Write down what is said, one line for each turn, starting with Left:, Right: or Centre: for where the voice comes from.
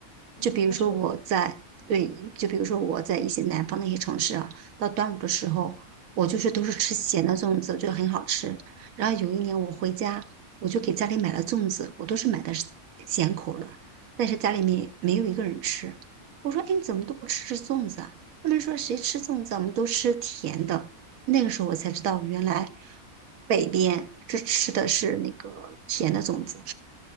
Left: 嗯，
Right: 就比如说我在对，
Left: 那是我。
Right: 就比如说我在一些南方的一些城市啊，到端午的时候，我就是都是吃咸的粽子，我觉得很好吃。然后有一年我回家，我就给家里买了粽子，我都是买的是咸口的，但是家里面没有一个人吃。我说：“哎，你怎么都不吃吃粽子啊？”他们说：“谁吃粽子啊我们都吃甜的。”那个时候我才知道，原来北边这吃的是那个甜的粽子。